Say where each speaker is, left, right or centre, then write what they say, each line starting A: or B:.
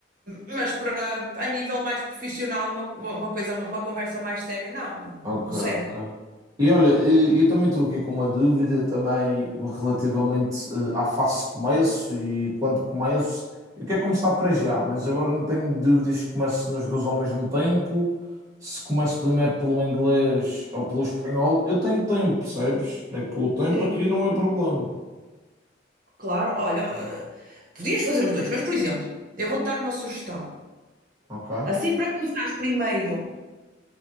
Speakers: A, on the right; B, on the right.
A: mas para a nível mais profissional, uma, uma coisa, uma conversa mais séria, não, não,
B: Ok,
A: não serve.
B: ok. E olha, e- eu também estou aqui com uma dúvida também relativamente eh, à fase de começo e quando começo. Eu quero começar para já, mas agora não tenho dúvidas se começo nos dois ao mesmo tempo, se começo primeiro pelo inglês ou pelo espanhol. Eu tenho tempo, percebes? É que o tempo
A: Sim,
B: aqui não é problema.
A: claro. Olha, ah, podias fazer os dois, mas por exemplo, eu vou-te dar uma sugestão.
B: Ok,
A: Assim, para começares primeiro